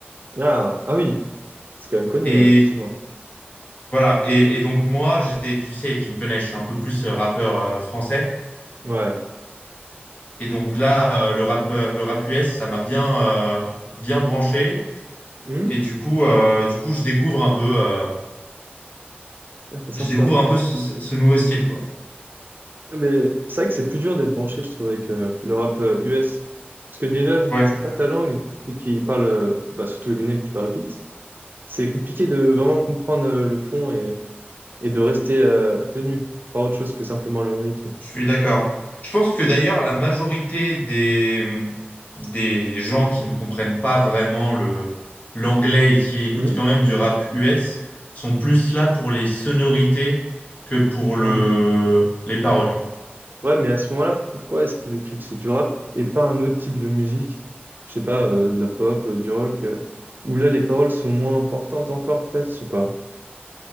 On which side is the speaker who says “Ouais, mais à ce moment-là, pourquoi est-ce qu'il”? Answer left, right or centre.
Right